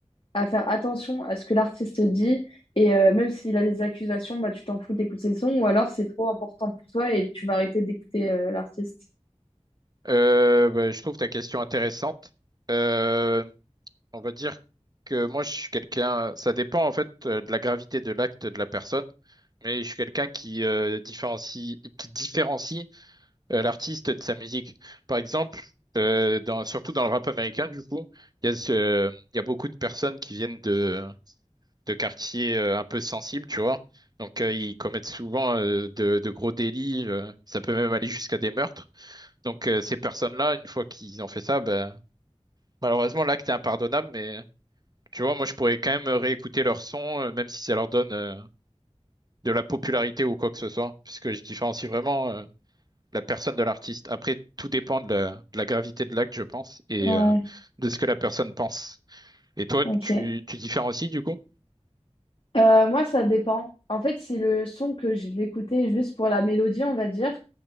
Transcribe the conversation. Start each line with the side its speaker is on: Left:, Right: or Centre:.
Left: à faire attention à ce que l'artiste dit et euh, même s'il a des accusations, bah, tu t'en fous d'écouter le son ou alors c'est trop important pour toi et tu vas arrêter d'écouter euh, l'artiste?
Right: Euh, bah, je trouve ta question intéressante. Euh, On va dire que moi, je suis quelqu'un, ça dépend en fait euh, de la gravité de l'acte de la personne, mais je suis quelqu'un qui euh, différencie, qui différencie euh, l'artiste de sa musique. Par exemple, euh, dans, surtout dans le rap américain, du coup, il y a, ce- il y a beaucoup de personnes qui viennent de, de quartiers euh, un peu sensibles, tu vois. Donc, euh, ils commettent souvent euh, de, de gros délits, euh, ça peut même aller jusqu'à des meurtres. Donc, euh, ces personnes-là, une fois qu'ils ont fait ça, ben, malheureusement, l'acte est impardonnable, mais tu vois, moi, je pourrais quand même réécouter leur son, euh, même si ça leur donne euh, de la popularité ou quoi que ce soit, puisque je différencie vraiment euh, la personne de l'artiste. Après, tout dépend de la, de la gravité de l'acte, je pense, et
Left: Ouais,
Right: euh, de ce que la personne pense. Et toi,
Left: ok.
Right: tu, tu différencies du coup?
Left: Euh, moi, ça dépend. En fait, si le son que je l'écoutais juste pour la mélodie, on va dire,